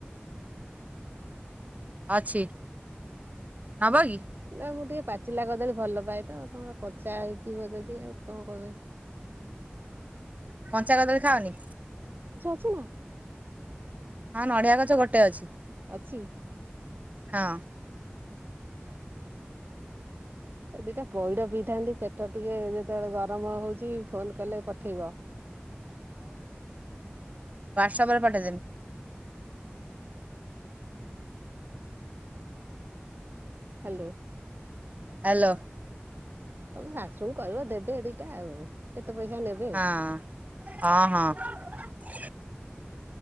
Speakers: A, on the right; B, on the right.
A: ଅଛି। ନବ କି?
B: ହେଲା ମୁଁ ଟିକେ ପାଚିଲା କଦଳୀ ଭଲ ପାଏ ତ। ଆପଣଂକ କଚା ହେଇଥିବ ଯଦି ଆଉ କଣ କଇବେ?
A: ଞ୍ଚା କଦଳୀ ଖାଅନି?
B: ଛି ନା।
A: ହଁ ନଡ଼ିଆ ଗଛ ଗୋଟେ ଅଛି।
B: ଅଛି।
A: ହଁ।
B: <unintelligible> ଏ ଦିଟା ପଇଡ ପିଇଥାନ୍ତି ପେଟ ଟିକେ ଯେତେବେଳେ ଗରମ ହଉଚି। ଫୋନ କଲେ ପଠେଇବ।
A: ହୁଆଟ୍ସ୍ଆପ୍ ରେ ପଠେଇ ଦେମି।
B: ହାଲୋ।
A: ହେଲୋ।
B: ତମ ଶାଶୁଙ୍କୁ କହିବ ଦେବେ ଦେ ଟା ଆଉ କେତେ ପଇସା ନେବେ।
A: ହଁ ହଁ ହଁ <inaudible>